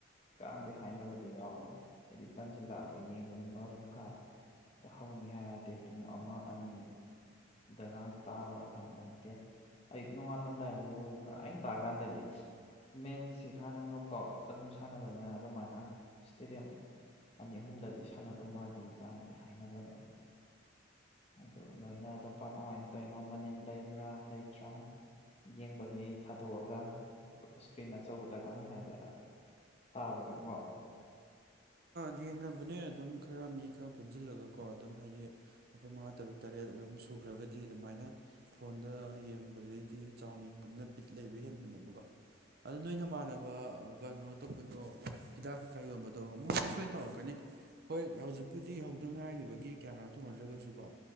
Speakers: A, on the left (about 35°); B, on the right (about 55°).
A: ꯀꯗꯦ ꯍꯥꯏꯅꯕꯗꯤ ꯌꯥꯎꯕꯅꯦ ꯑꯩꯗꯤ ꯇꯟꯁꯤꯜꯂꯛꯑꯕ ꯌꯦꯡꯗꯨ ꯑꯗꯨ ꯃꯔꯕꯥꯔꯨꯝ ꯈꯥꯏ ꯑ ꯍꯧꯅꯤ ꯍꯥꯏꯗꯦ ꯄꯨꯡ ꯑꯃ ꯑꯅꯤꯗꯒꯥꯡ ꯇꯥꯕ ꯈꯪꯕꯣꯟꯇꯦ ꯑꯌꯨꯛ ꯅꯣꯡꯉꯥꯜꯂꯝꯗꯥꯏ ꯂꯣꯏꯕ꯭ꯔꯥ ꯑ ꯇꯥꯔꯀꯥꯟꯗꯗꯤ ꯃꯦꯠꯁꯤ ꯍꯥꯟꯅ ꯅꯣꯛ ꯑꯥꯎꯠ ꯑꯗꯨꯝ ꯁꯥꯟꯅꯕꯅꯤꯅ ꯑꯗꯨꯃꯥꯏꯅ ꯏꯁꯇꯦꯗꯤꯌꯝ ꯑꯅꯤ ꯑꯍꯨꯝꯗꯗꯤ ꯁꯥꯟꯅꯗꯧ ꯃꯥꯜꯂꯤꯀꯥꯟꯗꯤ ꯍꯥꯏꯅꯕꯅꯦꯕ ꯑꯗꯨ ꯅꯣꯏꯅ ꯑꯗꯨꯝ ꯀꯃꯥꯏꯅ ꯇꯧꯅꯣ ꯃꯅꯤꯜ ꯂꯩꯕ꯭ꯔꯥ ꯂꯩꯇ꯭ꯔꯥ ꯌꯦꯡꯕꯒꯤ ꯊꯥꯗꯣꯛꯑꯒ ꯏꯁꯀ꯭ꯔꯤꯟ ꯑꯆꯧꯕꯗꯒ ꯍꯥꯏꯗ ꯇꯥꯕ꯭ꯔꯥꯗꯪꯀꯣ
B: ꯌꯦꯡꯅꯕꯅꯦ ꯑꯗꯨꯝ ꯈꯔ ꯃꯤ ꯈꯔ ꯄꯨꯟꯁꯤꯜꯂꯒꯀꯣ ꯑꯗꯨꯝ ꯍꯥꯏꯗꯤ ꯑꯩꯈꯣꯏ ꯃꯉꯥ ꯇꯔꯨꯛ ꯇꯔꯦꯠ ꯑꯗꯨꯝ ꯁꯨꯈ꯭ꯔꯒꯗꯤ ꯑꯗꯨꯃꯥꯏꯅ ꯐꯣꯟꯗ ꯌꯦꯡꯕꯗꯩꯗꯤ ꯆꯥꯎꯅ ꯌꯦꯡꯕꯅꯤꯅ ꯕꯤꯠ ꯂꯩꯕ ꯍꯦꯟꯕꯅꯦꯕꯀꯣ ꯑꯗꯨꯗ ꯅꯣꯏ ꯅꯃꯥꯟꯅꯕ ꯀꯩꯅꯣ ꯇꯧꯕꯗꯣ ꯍꯤꯗꯥꯛ ꯀꯩꯀꯥ ꯌꯣꯟꯕꯗꯣ ꯑꯗꯣ ꯃꯣꯏꯁꯨ ꯁꯣꯏꯅ ꯇꯧꯔꯛꯀꯅꯤ ꯍꯣꯏ ꯍꯧꯖꯤꯛꯄꯨꯗꯤ ꯍꯧꯗ ꯉꯥꯏꯔꯤꯕꯒꯤ ꯀꯌꯥ ꯀꯅꯣ ꯇꯧꯅꯗ꯭ꯔꯒꯁꯨꯀꯣ